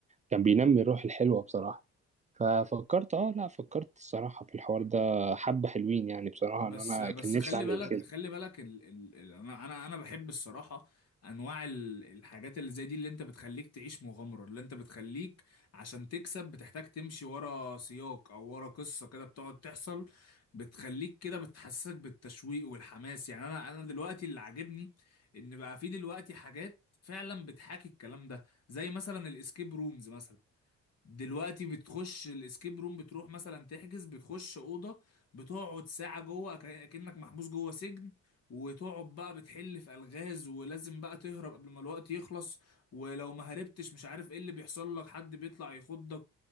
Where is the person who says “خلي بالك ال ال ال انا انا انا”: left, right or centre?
Left